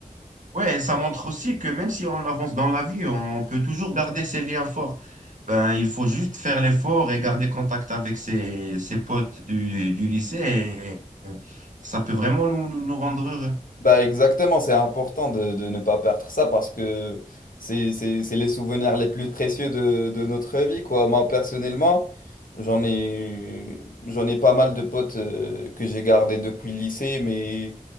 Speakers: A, on the right; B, on the left.
A: Ouais, et ça montre aussi que même si on avance dans la vie, on peut toujours garder ses liens forts. Ben, il faut juste faire l'effort et garder contact avec ses, ses potes du, du lycée. et ça peut vraiment nous, nous nous rendre heureux.
B: Bah exactement, c'est important de, de ne pas perdre ça parce que c'est, c'est, c'est les souvenirs les plus précieux de, de notre vie, quoi. Moi, personnellement, j'en ai, j'en ai pas mal de potes euh, que j'ai gardés depuis le lycée, mais